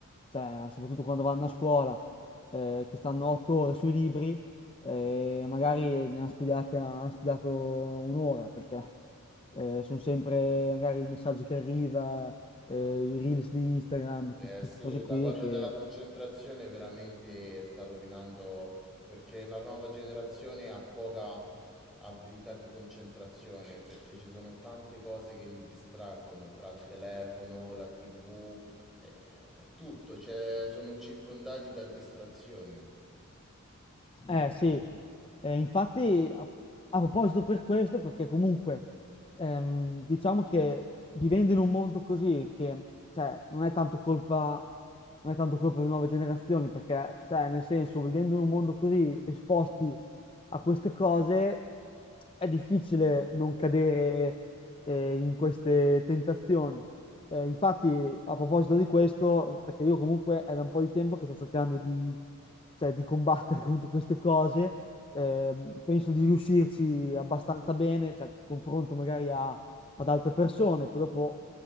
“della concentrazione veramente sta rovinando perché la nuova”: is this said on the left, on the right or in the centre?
Centre